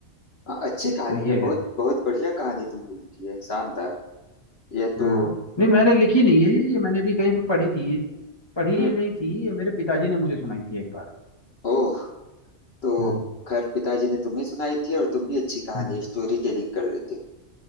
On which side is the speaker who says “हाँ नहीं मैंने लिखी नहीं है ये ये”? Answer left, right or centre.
Left